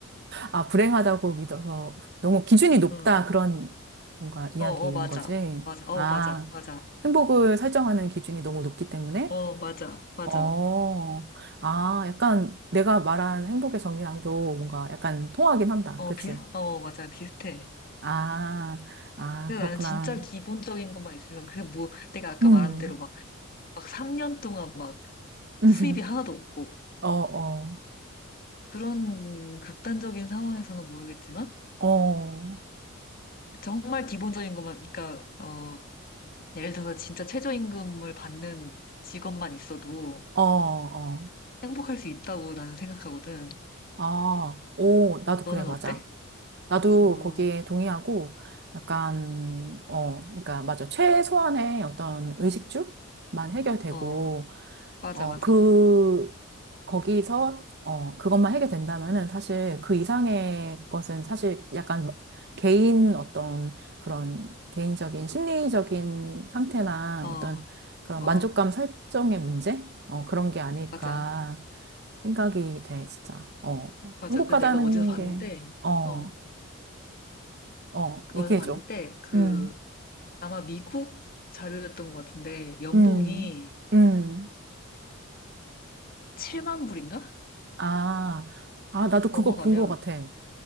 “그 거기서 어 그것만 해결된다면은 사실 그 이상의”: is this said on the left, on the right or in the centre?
Right